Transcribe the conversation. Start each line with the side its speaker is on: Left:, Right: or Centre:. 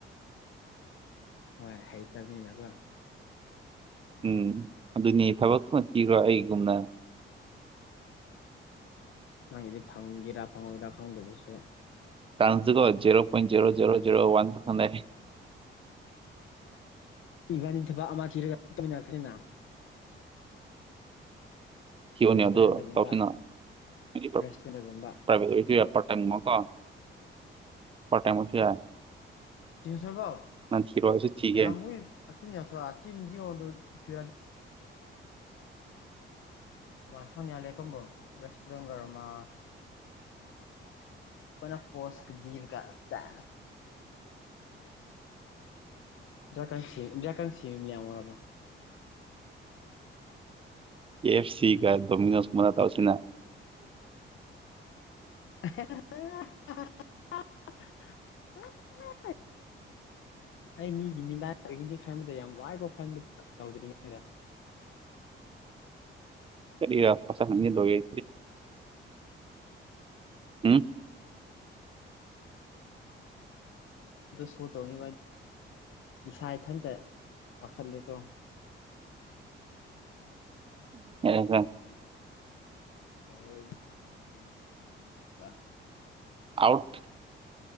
Left: ꯍꯣꯏ ꯍꯩꯇꯕꯅꯤꯅꯀꯣ
Right: ꯎꯝ ꯑꯗꯨꯅꯤ ꯊꯕꯛꯇꯨꯃ ꯄꯤꯈ꯭ꯔꯣ ꯑꯩꯒꯨꯝꯅ
Left: ꯅꯪꯒꯤꯗꯤ ꯐꯪꯒꯦꯔꯥ ꯐꯪꯉꯣꯏꯔꯥ ꯈꯪꯗꯗꯨꯁꯨ
Right: ꯆꯥꯟꯁꯁꯤꯣ zero point zero zero zero one ꯄꯁ
Left: ꯏꯕꯥꯅꯤ ꯊꯕꯛ ꯑꯃ ꯊꯤꯔꯒ ꯇꯃꯤꯟꯅꯈ꯭ꯔꯅꯤꯅ
Right: ꯀꯤꯌꯣꯅꯤ
Left: ꯔꯦꯁꯇꯨꯔꯦꯟꯗꯒꯨꯝꯕ
Right: ꯑ ꯑꯗꯨ ꯇꯧꯁꯤꯤꯅ ꯍꯥꯏꯗꯤ
Left: ꯔꯦꯁꯇꯨꯔꯦꯟꯗꯒꯨꯝꯕ
Right: ꯄ꯭ꯔꯥꯏꯚꯦꯠ ꯑꯣꯏꯔꯁꯨ ꯌꯥꯏ ꯄꯥꯔꯠ ꯇꯥꯏꯝꯒꯨꯝꯀꯣ ꯄꯥꯔꯠ ꯇꯥꯏꯝ ꯑꯣꯏꯁꯨ ꯌꯥꯏ
Left: ꯇꯁꯕ
Right: ꯅꯪ ꯊꯤꯔꯣ ꯑꯩꯁꯨ ꯊꯤꯒꯦ
Left: ꯆ ꯉ ꯌꯥ ꯑꯗꯨ ꯐꯤ ꯅ ꯈꯅꯤꯌꯥ ꯀꯕꯨꯣ ꯔꯦꯁꯇꯔ ꯄꯣꯁꯖꯤꯕ ꯀ ꯆ ꯏꯗꯌꯥꯁꯤ ꯏꯟꯗꯤꯔꯌꯥ ꯀꯥꯡꯁꯤ ꯃ ꯌꯥꯝ ꯑꯣꯏꯔꯕ
Right: ꯀ ꯑꯦꯐ ꯁꯤ ꯀꯥꯏ ꯗꯣꯃꯤꯅꯣꯁ ꯃꯅ ꯇꯎꯁꯤꯅ
Left: <unintelligible> ꯍ ꯑꯩ ꯃꯤꯒꯤ ꯃꯤꯗꯥꯏ ꯑꯣꯏꯒꯤꯅꯤ ꯈꯟꯕꯗ ꯌꯥꯝ ꯋꯥꯏꯈꯣ ꯈꯟꯕꯗ ꯇꯧꯗ꯭ꯔꯤꯉꯩꯗ
Right: ꯀꯔꯤꯔꯄꯁꯅꯤ ꯂꯦ ꯏ ꯎꯝ
Left: ꯁꯣ ꯇꯧꯅꯤ ꯏꯁꯥ ꯏꯊꯟꯇ ꯄꯥꯈꯠꯂꯦꯀꯣ
Right: ꯑꯦꯗ
Left: ꯍꯗꯤꯔꯠꯇꯄꯥ
Right: ꯑꯥꯎꯠ